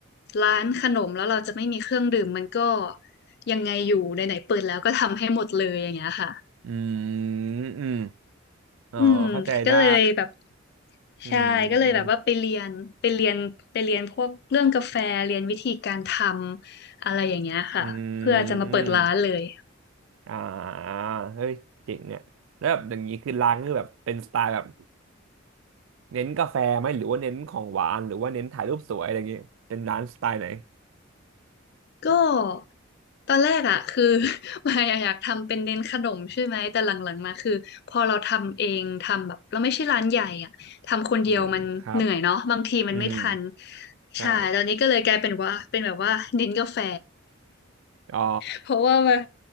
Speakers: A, on the left (about 55°); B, on the right (about 70°).
A: ร้านขนมแล้วเราจะไม่มีเครื่องดื่มมันก็ยังไงอยู่ไหนๆเปิดแล้วก็ทำให้หมดเลยอย่างเงี้ยค่ะ
B: อืมอืมอ๋อเข้าใจได้
A: อืมก็เลยแบบ
B: อื
A: ใช่ก็เลยแบบว่าไปเรียนไปเรียนไปเรียนพวกเรื่องกาแฟเรียนวิธีการท
B: ม
A: ำอะไรอย่างเงี้ยค่ะเพื่อจะมาเปิดร้านเลย
B: อืม อ่าเฮ้ยเจ๋งเนี่ยแล้วแบบอย่างนี้คือร้านคือแบบเป็นสไตล์แบบเน้นกาแฟไหมหรือว่าเน้นของหวานหรือว่าเน้นถ่ายรูปสวยอะไรอย่างนี้เป็นร้านสไตล์ไหน
A: ก็ตอนแรกอ่ะคือ <laughs> มายอะอยากทำเป็นเน้นขนมใช่ไหมแต่หลังๆมาคือพอเราทำเองทำแบบเราไม่ใช่ร้านใหญ่อ่ะทำคนเดียวมันเหนื่อยเนาะบางทีมันไม่ทัน
B: อืมครับอืมใช่
A: ใช่ตอนนี้ก็เลยกลายเป็นว่าเป็นแบบว่าเน้นกาแฟ
B: อ๋อ
A: เพราะว่ามัน